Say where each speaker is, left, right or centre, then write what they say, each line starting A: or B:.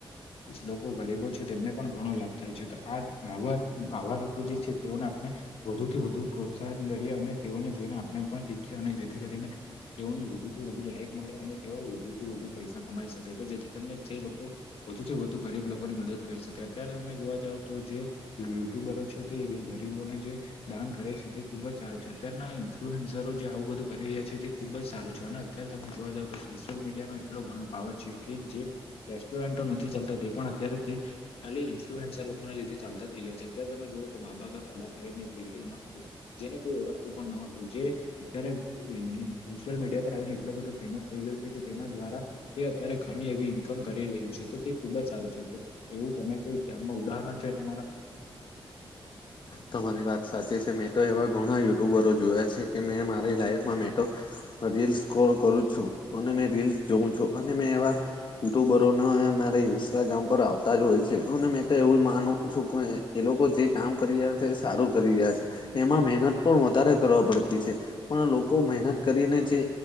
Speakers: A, on the left (about 85°); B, on the left (about 55°).
A: લોકો ગરીબો છે તેમને પણ ઘણો લાભ થાય છે, તો આજ આવા આવા લોકો જે છે તેઓને આપણે વધુ થી વધુ પ્રોત્સાહન કરીએ અને તેઓને જોઈને આપણે પણ શીખીએ અને જેથી કરીને તેઓને વધુથી વધુ લાઈક મળે અને તેઓ વધુથી વધુ પૈસા કમાઈ શકે તો જેથી કરીને જે લોકો વધુ થી વધુ ગરીબ લોકોની મદદ કરી શકે. અત્યારે તમે જોવા જાવ તો જે યુટ્યુબરો છે તે ગરીબોને જે દાન કરે છે તે ખુબજ સારું છે. અત્યારના ઇન્ફ્લુઅન્સરો જે આવું બધું કરી રહ્યા છે, તે ખુબજ સારું છે અને અત્યારે તમે જોવા જાવ તો સોશિયલ મીડિયાનો એટલો ઘણો પાવર છે કે જે રેસ્ટોરન્ટો નથી ચાલતા તે પણ અત્યારે તે ખાલી ઇન્ફ્લુએન્ઝા લોકોના લીધે ચાલતા થઈ ગયા છે અત્યારે તમે જોઓ તો બાબા કા ધાબા કરી ને એક દિલ્હીમાં હતું જેને કોઈ ઓળખતું પણ ન હતું જે અત્યારે એ ને ની સોશિયલ મીડિયા પર આવીને એટલો બધો ફેમસ થઈ ગયો છે કે તેના દ્વારા તે અત્યારે ઘણી એવી ઈન્કમ કરી રહ્યું છે તો તે ખુબ જ સારું છે તો એવું તમે કોઈ ધ્યાનમાં ઉદાહરણ છે તમારા?
B: તમારી વાત સાચી છે મે તો એવા ઘણા યુટ્યુબરો જોયા છે કે મેં મારી લાઈફમાં મેં તો અહ રીલસ સ્કોર કરું છું અને મેં રીલસ જોઉ છું અને મેં એવા યુટ્યુબરોને મારે ઇન્સ્ટાગ્રામ પર આવતા જ હોય છે મેં તો એવું માનું છું કે એ લોકો જે કામ કરી રહ્યા છે એ સારું કરી રહ્યા છે. એમાં મહેનત પણ વધારે કરવા પડતી છે. પણ લોકો મહેનત કરીને જે